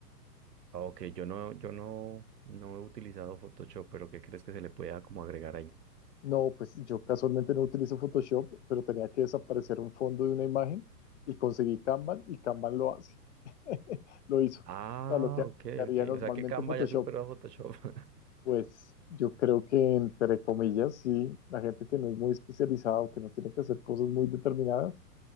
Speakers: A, on the right (about 80°); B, on the left (about 50°).
A: Ah, Ok, yo no, yo no, no he utilizado Photoshop, pero ¿qué crees que se le pueda como agregar ahí?
B: No, pues yo casualmente no utilizo Photoshop, pero tenía que desaparecer un fondo de una imagen y conseguí Canva y Canva lo hace. <laughs> Lo hizo. O
A: Ah,
B: sea, lo que
A: ok,
B: haría
A: ok.
B: normalmente
A: O sea que Canva
B: Photoshop,
A: ya superó a Photoshop. <laughs>
B: pues yo creo que entre comillas, sí, la gente que no es muy especializada o que no tiene que hacer cosas muy determinadas,